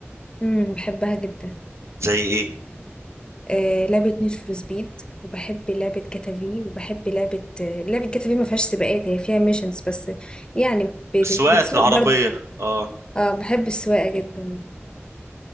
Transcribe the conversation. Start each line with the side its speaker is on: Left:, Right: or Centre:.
Left: امم بحبها جدا
Right: زي إيه؟
Left: آه لعبة نيد فور سبيد وبحب لعبة جاتا وبحب لعبة آه، لعبة جاتا ما فيهاش سباقات هي فيها ميشنز بس يعني بت-
Right: السواقات
Left: بتسوق
Right: العربية
Left: برضه
Right: أه
Left: اه بحب السواقة جدا